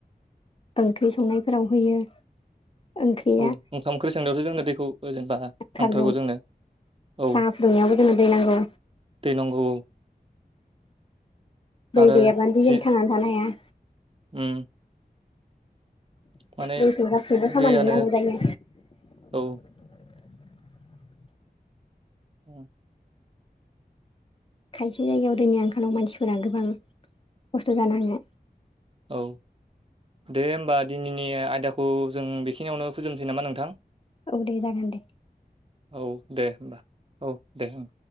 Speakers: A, on the left; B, on the right.
A: ओंख्रि संनायफोराव होयो। ओंख्रिया
B: औ ओंखाम ओंख्रि सोंनायावसो जोंनो दैखौ जेनेबा नांथारगौ
A: थारगौ
B: जोंनो। औ
A: साहा फुदुंनायावबो जोंनो दै नांगौ।
B: दै नांगौ औ
A: दै
B: आरो
A: गैयाब्लानो
B: जि
A: जों थांनानै थानो हाया।
B: उम। माने
A: दैखौ गासैबो खामानियाव
B: दैयानो
A: नांगौ जायो।
B: औ उम।
A: खायसे जायगायाव दैनि आंखालाव मानसिफोरा गोबां खस्थ जानाङो
B: औ। दे होमबा दिनैनि आयदाखौ जों बेखिनियावनो फोजोबनोसै नामा नोंथां?
A: औ दे जागोन दे
B: औ दे होमबा औ दे ओं।